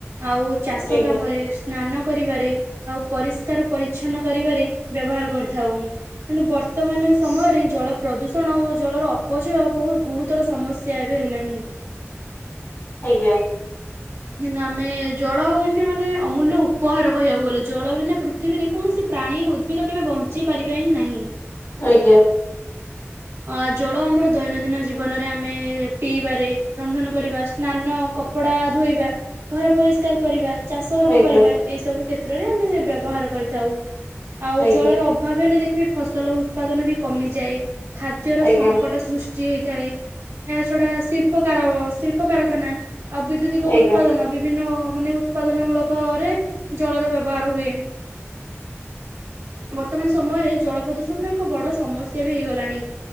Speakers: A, on the right; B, on the left.
A: ଆଉ ଚାଷ
B: ଆଜ୍ଞା
A: କାମରେ ସ୍ନାନ କରିବାରେ ଆଉ ପରିଷ୍କାର ପରିଚ୍ଛନ୍ନ କରିବାରେ ବ୍ୟବହାର କରିଥାଉ। କିନ୍ତୁ ବର୍ତ୍ତମାନ ସମୟରେ ଜଳ ପ୍ରଦୂଷଣ ଓ ଜଳର ଅପଚୟ ବହୁତ ଗୁରୁତ ତ୍ଵର ସମସ୍ୟା ଏବେ ହେଲାଣି।
B: ଆଜ୍ଞା।
A: କିନ୍ତୁ ଆମେ ଜଳ ହଉଛି ମାନେ ଅମୂଲ୍ୟ ଉପହାର କହିବାକୁ ଗଲେ ଜଳ ବିନା ପୃଥିବୀରେ କୌଣସି ପ୍ରାଣୀ ଉଦ୍ଭିଦ କେବେ ବଞ୍ଚିପାରିବେ ହିଁ ନାହିଁ।
B: ଆଜ୍ଞା।
A: ହ ଅ ଜଳ ଆମର ଦୈନନ୍ଦିନ ଜୀବନରେ ଆମେ ପିଇବାରେ ରନ୍ଧନ କରିବା ସ୍ନାନ କପଡ଼ା କପଡା ଧୋଇବା ଘର ପରିଷ୍କାର କରିବା ଚାଷ କାମ
B: ଆଜ୍ଞା
A: କରିବା ଏଇ ସବୁ କ୍ଷ କ୍ଷତ୍ର ରେ ଆମେ ବ୍ୟବହାର କରିଥାଉ ଆଉ
B: ଆଜ୍ଞା।
A: ଜଳର ଅଭାବ ହେଲେ ଦେଖିବେ ଫସଲ ଉତ୍ପାଦନ ବି କମିଯାଏ ଖାଦ୍ୟର
B: ଆଜ୍ଞା
A: ସଙ୍କଟ ସୃ ଷ୍ଟି ହେଇଥାଏ ଏହା ଛଡା ଶିଳ୍ପ କ ଶିଳ୍ପ କାରଖାନା ଆଉ ବିଦ୍ୟୁତି କ
B: ଆଜ୍ଞା
A: ଉତ୍ପାଦନ ବିଭିନ୍ନ ମାନେ ଉତ୍ପାଦନ ମୂଳକ ରେ ଜଳର ବ୍ୟବହାର ହୁଏ। ବର୍ତ୍ତମାନ ସମୟରେ ଜଳ ପ୍ରଦୂଷଣ ର ଏକ ବଡ ସମସ୍ୟା ବି ହେଇଗଲାଣି।